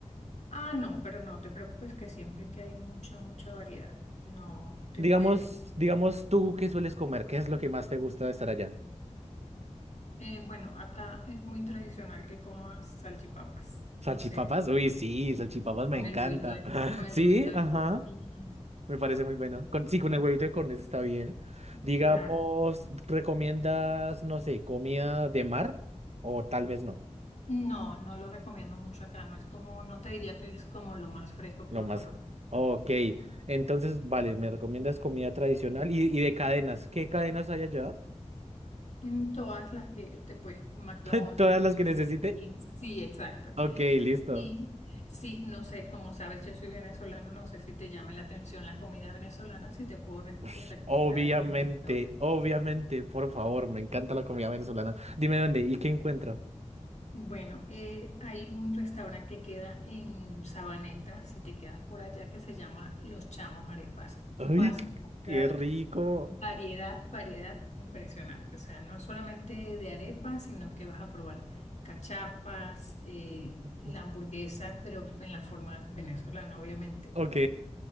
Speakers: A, on the left; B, on the right.
A: Ah, no, pero no te preocupes que siempre que hay mucha, mucha variedad, no te
B: Digamos,
A: puedes...
B: digamos tú, ¿qué sueles comer? ¿Qué es lo que más te gusta de estar allá?
A: Eh, bueno, acá es muy tradicional que comas salchipapas,
B: ¿Salchipapas?
A: no sé,
B: Uy, sí, salchipapas
A: sí,
B: me
A: con
B: encanta.
A: el huevito de,
B: <laughs>
A: con el
B: Sí,
A: huevito de
B: ajá,
A: codorniz.
B: me parece muy bueno. Con, sí, con el huevito de corneta está bien. Digamos,
A: Claro.
B: ¿recomiendas, no sé, comida de mar? O tal vez no.
A: No, no lo recomiendo mucho acá, no es como, no te diría que es como lo más fresco que
B: Lo
A: vas
B: más.
A: a probar.
B: jo- Ok, entonces, vale, me recomiendas comida tradicional y, y de cadenas. ¿Qué cadenas hay allá?
A: En todas las que te puedes, McDonald's,
B: <laughs> ¿Todas las que necesite?
A: Burger King, sí, exacto.
B: Ok, listo.
A: Sí, sí, no sé, como sabes, yo soy venezolana, no sé si te llame la atención la comida venezolana, si te puedo re-
B: Ush,
A: eh, recomendar
B: obviamente,
A: algunos restaurantes.
B: obviamente, por favor, me encanta la comida venezolana. Dime dónde y qué encuentro.
A: Bueno, eh, hay un restaurante que queda en Sabaneta, si te quedas por allá, que se llama Los Chamos Arepas.
B: ¡Ay,
A: Vas
B: qué
A: a encontrar
B: qué rico!
A: variedad, variedad impresionante, o sea, no solamente de arepas, sino que vas a probar cachapas, eh,
B: Ujú.
A: la hamburguesa, pero en la forma venezolana, obviamente
B: Ok.